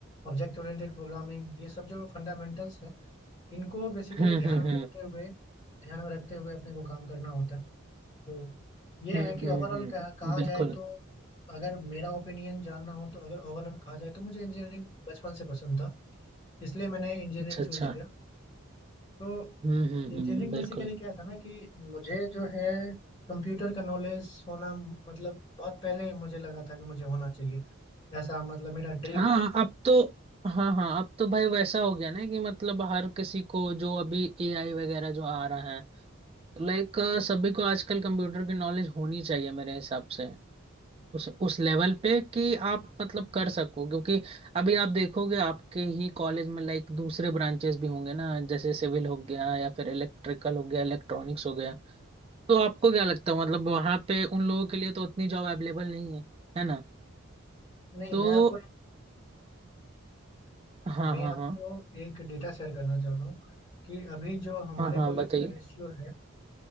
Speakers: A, on the left (about 30°); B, on the right (about 25°).
A: ऑब्जेक्ट ओरिएंटेड प्रोग्रामिंग ये सब जो फंडामेंटल्स है इनको बेसिकली
B: हम्म
A: ध्यान
B: हम्म
A: में
B: हम्म
A: रखते हुए ध्यान में रखते हुए अपने को काम करना होता है तो ये
B: हम्म
A: है कि
B: हम्म
A: ओवरऑल
B: हम्म,
A: कहा, कहा
B: बिल्कुल
A: जाए तो अगर मेरा ओपिनियन जानना हो तो अगर ओवरऑल कहा जाए तो मुझे इंजीनियरिंग बचपन से पसंद था इसलिए मैंने इंजीनियरिंग
B: अच्छा अच्छा
A: चूज किया तो
B: हम्म हम्म
A: इंजीनियरिंग
B: हम्म बिल्कुल
A: बेसिकली क्या था ना कि मुझे जो है कंप्यूटर का नॉलेज होना मतलब बहुत पहले ही मुझे लगा था कि मुझे होना चाहिए ऐसा मतलब मेरा ड्रीम
B: हाँ
A: था
B: अब तो हाँ हाँ अब तो भाई वैसा हो गया ना कि मतलब हर किसी को जो अभी एआई वगैरह जो आ रहा है लाइक सभी को आजकल कंप्यूटर की नॉलेज होनी चाहिए मेरे हिसाब से उस उस लेवल पे कि आप मतलब कर सको क्योंकि अभी आप देखोगे आपके ही कॉलेज में लाइक दूसरे ब्रांचेस भी होंगे ना जैसे सिविल हो गया या फिर इलेक्ट्रिकल हो गया इलेक्ट्रॉनिक्स हो गया तो आपको क्या लगता है मतलब वहां पे उन लोगों के लिए तो उतनी जॉब अवेलेबल नहीं है है ना
A: नहीं
B: तो
A: मैं आपको
B: हाँ
A: मैं
B: हाँ
A: आपको
B: हाँ
A: एक डेटा शेयर करना चाह रहा हूँ कि अभी जो हमारे
B: हाँ हाँ
A: कॉलेज
B: बताइए
A: का रेशियो है